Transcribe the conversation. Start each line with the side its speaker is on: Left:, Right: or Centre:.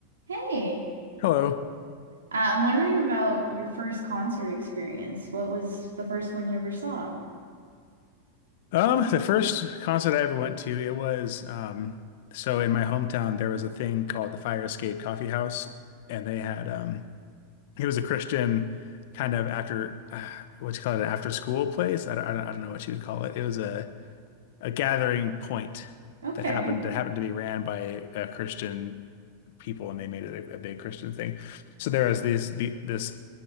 Right: Hey,
Left: Hello.
Right: uh, I'm wondering about your first concert experience. What was the first one you ever saw?
Left: Um, the first concert I ever went to, it was um, so in my hometown there was a thing called the Fire Escape Coffee House, and they had um, it was a Christian kind of after uh, what you call it, an after school place. I don't, I don't, I don't know what you'd call it. It was a a gathering point
Right: Okay,
Left: that happened that happened to be ran by uh, Christian people, and they made it a, a big Christian thing. So there was these the this